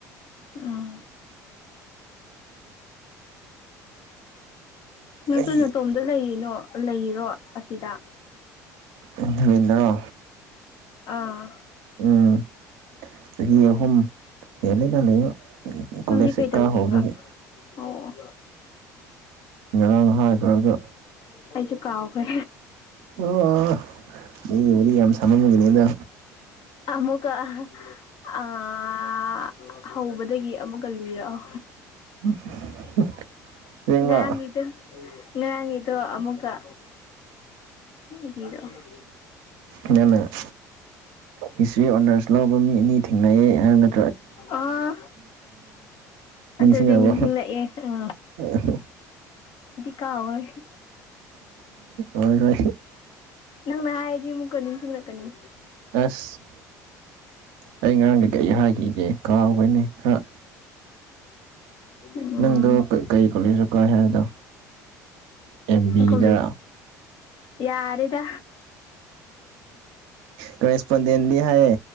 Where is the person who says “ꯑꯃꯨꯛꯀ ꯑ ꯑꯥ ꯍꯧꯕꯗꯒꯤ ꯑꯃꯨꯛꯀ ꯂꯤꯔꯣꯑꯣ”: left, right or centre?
Left